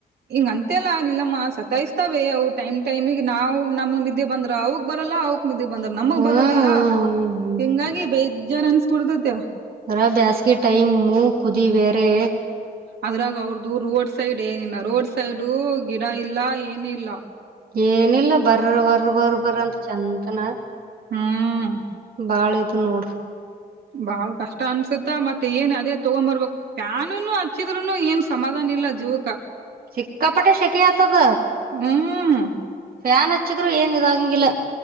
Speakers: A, on the right (about 80°); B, on the right (about 60°).
A: ಹಿಂಗ ಅಂತೆ ಅಲ್ಲಾ ನಿಲ್ಲಮ್ಮ ಸತಾಯಿಸ್ತಾವವೆ ಅವು ಟೈಮ್ ಟೈಮಿಗೆ ನಾವು ನಮ್ಗ್ ನಿದ್ದೆ ಬಂದ್ರ ಅವಕ್ ಬರಲ್ಲ ಅವಕ್ ಬಂದ್ರ ನಮಗ್
B: ಹ್ಮ್ ಹ್ಮ್
A: ಬರೋದಿಲ್ಲ ಹಿಂಗಾಗಿ ಬೇಜಾರ್ ಅನ್ಸ್ಕಡತತಿ
B: ಅರ ಬೇಸ್ಗೆ ಟೈಮ ಕುದಿ ಬೇರೆ
A: ಅದ್ರಾಗ ಅವ್ರದುು ರೋಡ್ ಸೈಡ್ ಏನಿಲ್ಲ ರೋಡ್ ಸೈಡ್ ಗಿಡ ಇಲ್ಲ ಏನ ಇಿಲ್ಲ
B: ಏನಿಲ್ಲ ಬರ ಬರ ಬರ್ ಬರಂತ ಚಂತನ
A: ಹ್ಮ
B: ಬಾಳ ಇದು ನೋಡ
A: ಬಾಳ್ ಕಷ್ಟ ಅನ್ಸುತ್ತಾ ಮತ್ತೆ ಏನ್ ಅದೇ ತಗೊಂಬರ್ಬಕ್ ಪ್ಯಾನುನು ಹಚ್ಚಿದ್ೂನು ಏನ್ ಸಮಾಧಾನ ಇಲ್ಲ ಜುವಕ
B: ಚಿಕ್ಕಾಪಟ್ಟೆ ಶೆಖ ಆತದ
A: ಹ್ಮ್
B: ಫ್ಯಾನ್ ಹಚ್ಚಿದ್ರು ಏನ್ ಇದಂಗಿಲ್ಲ